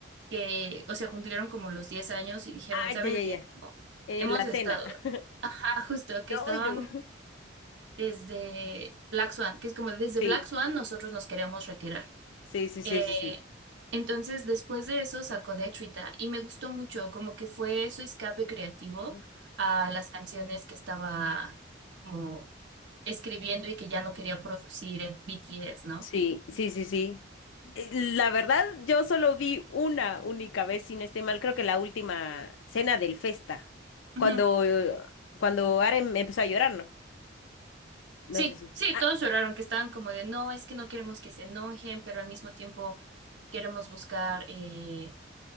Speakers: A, on the right; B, on the left.
A: que, o sea, cumplieron como los 10 años y dijeron,
B: Ay,
A: ¿saben
B: ya, ya,
A: qué?
B: ya.
A: Como
B: En
A: hemos
B: la
A: estado,
B: cena. <laughs>
A: <laughs> ajá, justo, que
B: No,
A: estaban
B: ay, no. <laughs>
A: desde Black Swan, que es como desde
B: Sí,
A: Black Swan nosotros nos queremos retirar.
B: sí, sí,
A: Eh,
B: sí, sí, sí.
A: entonces, después de eso sacó De Chuita y me gustó mucho, como que fue su escape creativo
B: Uy,
A: a las canciones que estaba como escribiendo y que ya no quería producir en BTS, ¿no?
B: Sí, sí, sí, sí. Eh, La verdad, yo solo vi una única vez, sin este mal, creo que la última cena del Festa,
A: Ujú.
B: cuando, eh, cuando Aren empezó a llorar, ¿no? No
A: Sí,
B: sé si.
A: sí,
B: Ah,
A: todos lloraron, que estaban como de, no, es que no queremos que se enojen, pero al mismo tiempo queremos buscar eh,